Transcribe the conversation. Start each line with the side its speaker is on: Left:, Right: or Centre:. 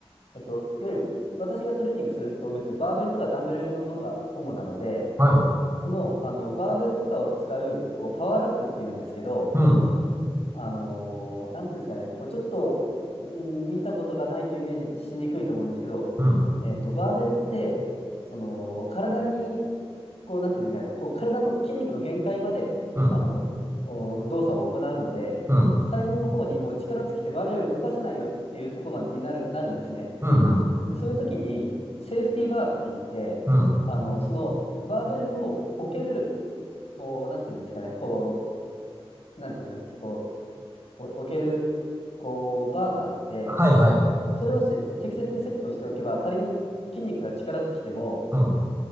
Left: えっと、いわゆる私がトレーニングする道具ってバーベルとかダンベルのものが主なので、
Right: う。はい。
Left: その、あのバーベルとかを使う、こうパワーラックっていうんですけど、
Right: うん。
Left: あのーなんていうんですかね、こうちょっとうん見たことがないとイメージしにくいと思うんですけど、
Right: うん。
Left: えっと、バーベルって、その、体に、こう、なんていうんですかね、こう、体の筋肉の限界まで、
Right: うん。
Left: あの、お動作を行うので、
Right: うん。
Left: 最後の方にもう力尽きてバーベルが動かせないよっていうところまでになる、なるんですね。
Right: うん。うん。
Left: で、そういう時に、セーフティーバーって言って、
Right: うん
Left: あの、その、バーベルを置ける、こう、なんていうんですかね、こう、なんていうんですかね、こう、お置ける、こう、バーがあって、
Right: はいはい。
Left: それをせ適切にセットをしておけば、仮に筋肉が力尽きても、
Right: うん。